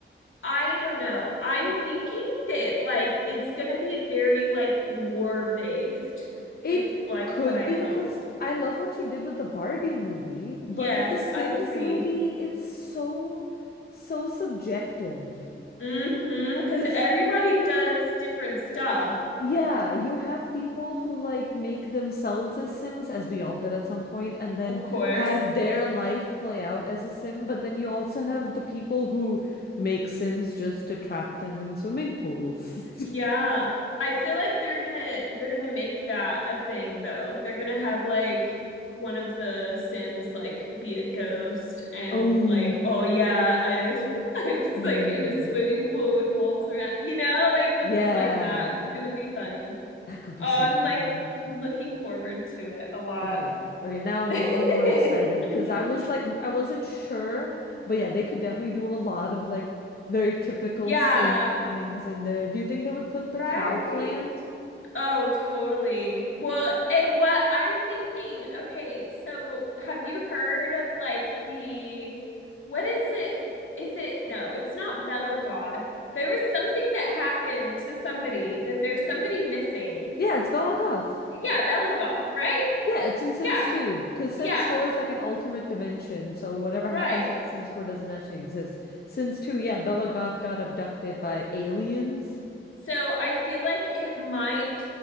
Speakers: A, on the left; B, on the left.
A: I don't know. I'm thinking that like it's gonna be very like lore based,
B: It
A: is like
B: could
A: what I
B: be
A: hope.
B: because I love what she did with the Barbie movie, but
A: Yes,
B: with the Sims
A: I agree.
B: movie, it's so, so subjective.
A: Mm-hmm, because
B: Because
A: everybody does different stuff,
B: Yeah, you have people who like make themselves as Sims, as we all did at some point, and then
A: of course.
B: have their life play out as a Sim. But then you also have the people who make Sims just to trap them in swimming pools.
A: Yeah.
B: <laughs>
A: I feel like they're gonna they're gonna make that a thing though. They're gonna have like one of the Sims like be a ghost and
B: Oh,
A: like, oh yeah, I <laughs> I was
B: ooh.
A: like in a swimming pool with walls around, you know, like something
B: Yeah,
A: like that. It's gonna be funny.
B: that could be
A: Oh,
B: so
A: I'm
B: cool.
A: like looking forward to it a lot.
B: Okay.
A: <laughs>
B: Okay, now I'm a little more excited because I was like I wasn't sure, but yeah, they could definitely do a lot of like very typical
A: Yeah,
B: Sims things in there. Do you think they would put the
A: right.
B: cow plant?
A: Oh, totally. Well, and what I'm thinking, okay, so have you heard of like the, what is it? Is it, no, it's not Bella Goth. There was something that happened to somebody that there's somebody missing.
B: Yeah, it's Bela Goth.
A: Yeah, Bella Goth, right?
B: Yeah, it's in Sims
A: Yeah,
B: 2 because Sims
A: yeah,
B: 4 is like an alternate dimension, so whatever
A: right.
B: happens in the Sims 4 doesn't actually exist. Sims 2, yeah, Bela Goth got abducted by aliens.
A: So I feel like it might,